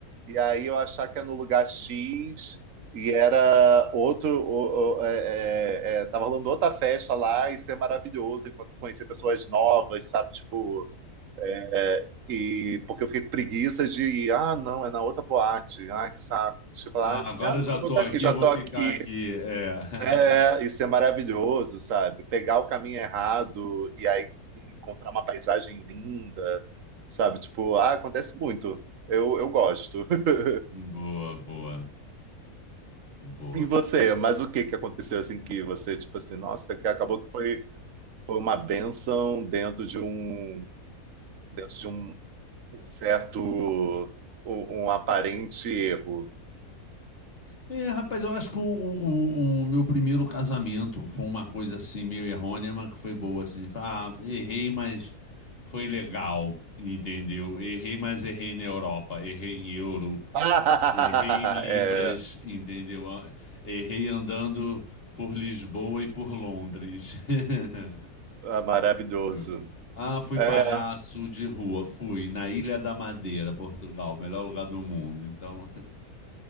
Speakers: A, on the right; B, on the left.
A: e aí eu achar que é no lugar X, e era outro, o, o- é, é, é, tava rolando outra festa lá, e ser maravilhoso, enquanto conhecer pessoas novas, sabe? Tipo, é, e porque eu fiquei com preguiça de ir, ah, não, é na outra boate, ah, que saco. Tipo, lá,
B: Ah,
A: eu pensei,
B: agora
A: ah, não,
B: já tô
A: vou estar
B: aqui,
A: aqui, já
B: vou
A: tô
B: ficar
A: aqui.
B: aqui. É. <laughs>
A: É, isso é maravilhoso, sabe? Pegar o caminho errado e aí encontrar uma paisagem linda, sabe? Tipo, ah, acontece muito. Eu, eu gosto. <laughs>
B: Boa, boa, boa.
A: E você, mas o que que aconteceu assim que você, tipo assim, nossa, que acabou que foi, foi uma bênção dentro de um dentro de um um certo um, um aparente erro.
B: É, rapaz, eu acho que o, o, o- o meu primeiro casamento foi uma coisa assim meio errônea, mas que foi boa assim. Ah, errei, mas foi legal, entendeu? Errei, mas errei na Europa, errei em euro,
A: <laughs> Ah,
B: Errei em Libras,
A: É,
B: entendeu? A- Errei andando por Lisboa e por Londres. <laughs>
A: é maravilhoso.
B: Entendeu? Ah, fui
A: É,
B: palhaço de rua, fui na Ilha da Madeira, Portugal, o melhor lugar do mundo. Então,